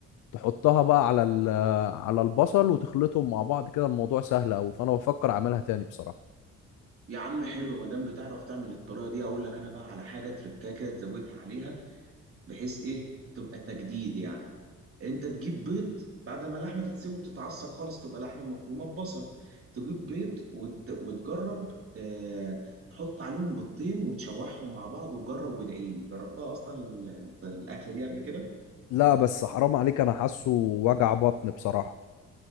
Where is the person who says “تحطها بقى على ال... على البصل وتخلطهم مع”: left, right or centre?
Left